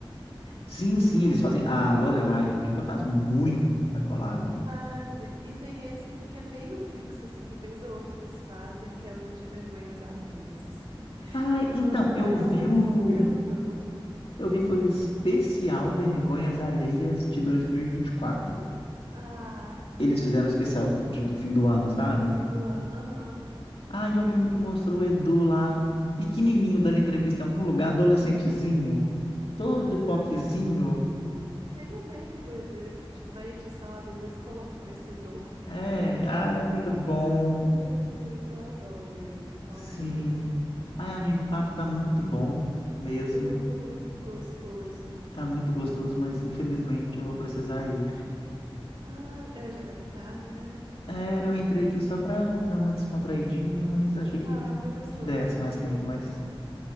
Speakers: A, on the left; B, on the right.
A: Sim, sim, eles fazem. A Lorelai e o Diva faz muita collab.
B: Fazem. E tem esse que é meio fixo, assim, que vez ou outra eles fazem, que é o de Vergonhas Alheias, assim. <laughs>
A: Ah,
B: E a
A: então,
B: Lorelai,
A: eu vi
B: ela faz
A: o.
B: um escândalo.
A: Eu vi, foi o especial Vergonhas Alheias de 2024.
B: Ah,
A: Eles fizeram o especial de- do fim do ano, sabe?
B: do fim do ano, aham.
A: Ah, eu lembro que mostrou o Edu lá, pequenininho, dando entrevista em algum lugar, adolescentezinho, todo
B: Ah,
A: poquezinho.
B: sim. Tem um meme do Edu, esse- tipo, na edição, às vezes eles colocam esse Edu.
A: É, ah, é muito bom.
B: Ai, eu adoro eles, nossa.
A: Sim. Ai, amigo, o papo tá muito bom mesmo.
B: Tá muito gostoso.
A: Tá muito gostoso, mas
B: <laughs>
A: infelizmente eu vou precisar ir.
B: Ah, é, já tá meio tarde, né? Não.
A: É, eu entrei aqui só pra dar uma descontraidinha, mas achei que,
B: Ah, foi gostoso,
A: que desse
B: adoro
A: mais tempo,
B: lembrar.
A: mas